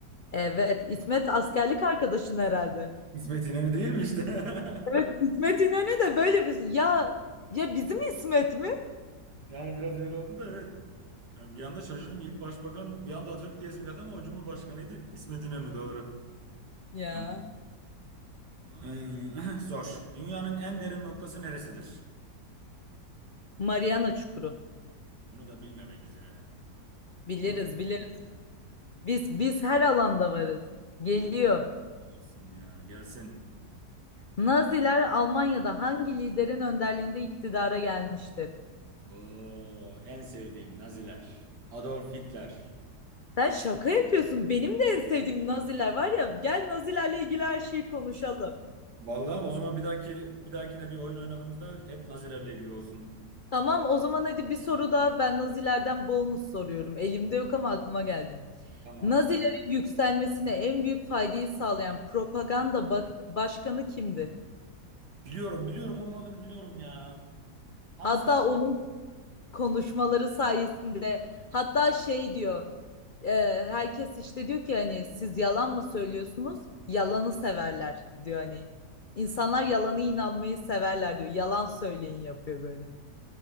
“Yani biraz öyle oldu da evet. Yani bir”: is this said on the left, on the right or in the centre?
Right